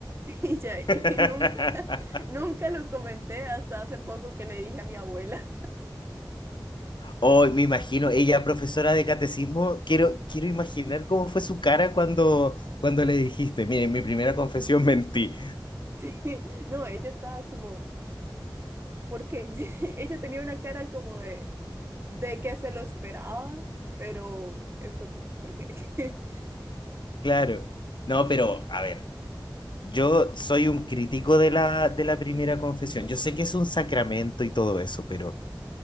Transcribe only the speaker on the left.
<laughs>
Oh, me imagino, ella profesora de catecismo, quiero, quiero imaginar cómo fue su cara cuando, cuando le dijiste, miren, mi primera confesión <laughs> mentí.
Claro. No, pero a ver, Yo soy un crítico de la, de la primera confesión. Yo sé que es un sacramento y todo eso, pero